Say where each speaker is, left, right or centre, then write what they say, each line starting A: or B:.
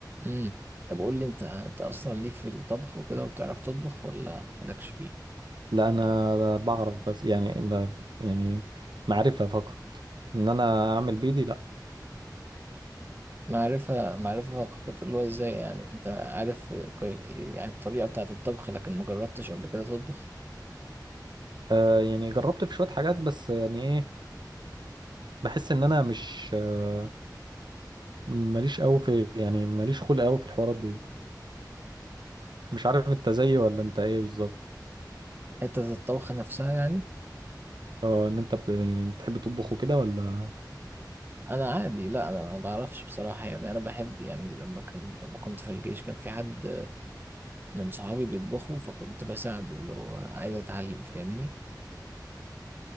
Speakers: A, on the right; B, on the right.
A: امم طب قول لي انت انت اصلا ليك في الطبخ وكده وبتعرف تطبخ ولا مالكش فيه
B: لا انا بعرف بس يعني ب... يعني معرفة فقط ان انا اعمل بيدي لا
A: معرفة معرفة فقط اللي هو ازاي يعني انت عارف كوي- يعني الطريقة بتاعة الطبخ لكن ما جربتش قبل كده تطبخ
B: آه يعني جربت في شوية حاجات بس يعني ايه بحس ان انا مش آه ماليش قوي في يعني ماليش خلق قوي في الحوارات دي مش عارف انت زيي ولا انت ايه بالظبط
A: حتة الطبخ نفسها يعني
B: اه ان انت ب... يعني بتحب تطبخ وكده ولا
A: انا عادي لا انا ما بعرفش بصراحة يعني انا بحب يعني لما كان لما كنت في الجيش كان في حد من صحابي بيطبخوا فكنت بساعده اللي هو عايز اتعلم فاهمني